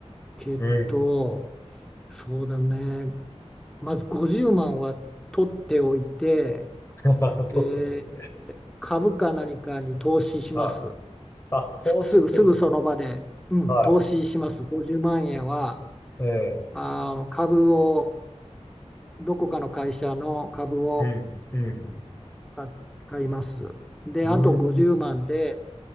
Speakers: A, in the centre; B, on the left (about 25°).
A: けど、
B: うん。
A: そうだね。まず50万は取っておいて、
B: <laughs> 取っておきます。
A: えー株か何かに投資します。
B: はい。あ、投資するんですよ。
A: す、すぐ、すぐその場で、うん、
B: は
A: 投資します。50万円は、
B: い。ええ、
A: あの株を、どこかの会社の株を
B: うん、うん、
A: か買います。で、
B: うん、
A: あと50万で、